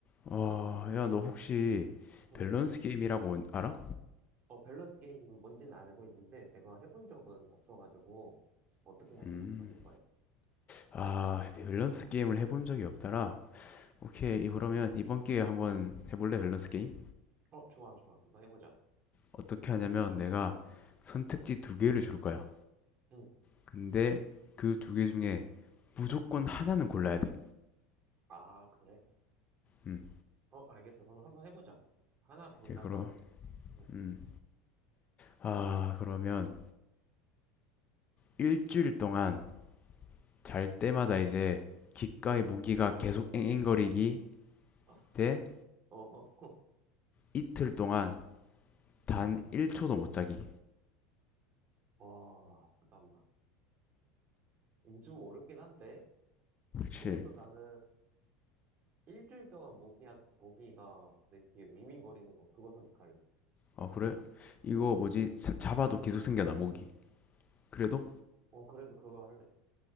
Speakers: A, on the left (about 30°); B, on the right (about 40°).
A: 어, 야, 너 혹시
B: 음.
A: 밸런스 게임이라고 뭔- 알아?
B: 어, 밸런스 게임 뭔지는 알고 있는데 내가 해본 적은 없어가지고 어떻게 하는,
A: 음,
B: 하는 거야?
A: 아, 밸런스 게임을 해본 적이 없더라. 오케이, 이- 그러면 이번 기회에 한번 해볼래, 밸런스 게임?
B: 어, 좋아, 좋아. 한번 해보자.
A: 어떻게 하냐면 내가 선택지 두 개를 줄 거야.
B: 응.
A: 근데 그 두 개 중에 무조건 하나는 골라야 돼.
B: 아, 그래?
A: 음,
B: 어, 알겠어. 그럼 한번 해보자. 하나 골라서.
A: 이제 그러,
B: 응.
A: 음. 아, 그러면 일주일 동안 잘 때마다 이제 귓가에 모기가 계속 앵앵거리기
B: <laughs>
A: 대
B: 어, <laughs>
A: 이틀 동안 단 1초도 못 자기.
B: 어, 와, 잠깐만. 이거 좀 어렵긴 한데?
A: 그렇지.
B: 그래도 나는 일주일 동안 모기, 한- 모기가 내 귀에 윙윙거리는 거, 그거 선택할래.
A: 아 그래? 이거
B: 어,
A: 뭐지? 자- 잡아도 계속 생겨나 모기. 그래도?
B: 어, 그래도 그거 할래.